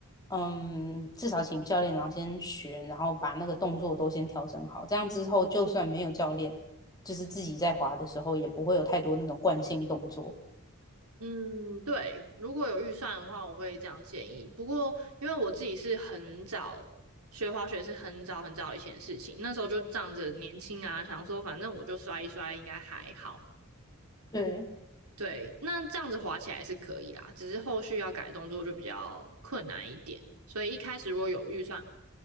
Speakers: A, on the left; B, on the right.
A: 嗯，至少请教练，然后先学，然后把那个动作都先调整好，这样之后就算没有教练，就是自己在滑的时候，也不会有太多那种惯性动作。
B: 嗯，对，如果有预算的话，我会这样建议。不过，因为我自己是很早学滑雪，是很早很早以前的事情，那时候就仗着年轻啊，想说反正我就摔一摔，应该还好。
A: 对，
B: 对，那这样子滑起来是可以啦，只是后续要改动作就比较困难一点。所以一开始如果有预算，